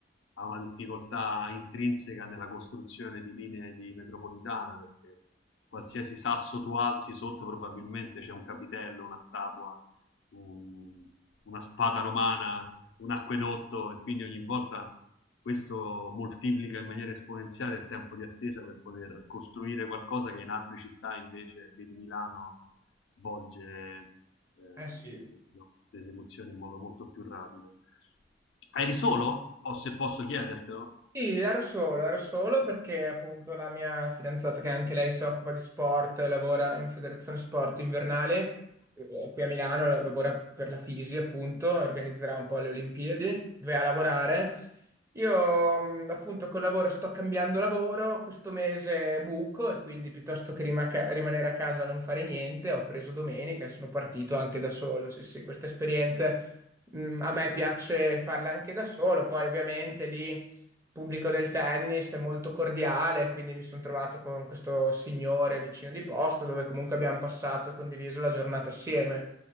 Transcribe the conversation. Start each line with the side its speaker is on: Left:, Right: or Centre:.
Left: ha una difficoltà intrinseca nella costruzione di linee di metropolitana perché qualsiasi sasso tu alzi sotto probabilmente c'è un capitello, una statua, un- una spada romana, un acquedotto e quindi ogni volta questo moltiplica in maniera esponenziale il tempo di attesa per poter costruire qualcosa che in altre città invece, vedi Milano, svolge eh,
Right: eh, sì.
Left: l'esecuzione in modo molto più rapido. Eri solo? O se posso chiedertelo?
Right: Sì, ero solo, ero solo perché appunto la mia fidanzata, che anche lei si occupa di sport, lavora in Federazione Sport Invernale, eh, qui a Milano, la- lavora per la Fisi appunto, organizzerà un po' le Olimpiadi, dove a lavorare. Io mh, appunto col lavoro sto cambiando lavoro, questo mese buco e quindi piuttosto che rimaca- rimanere a casa a non fare niente, ho preso domenica e sono partito anche da solo. Sì, sì, queste esperienze mh, a me piace farle anche da solo, poi ovviamente lì pubblico del tennis è molto cordiale, quindi mi sono trovato con questo signore vicino di posto dove comunque abbiamo passato e condiviso la giornata assieme.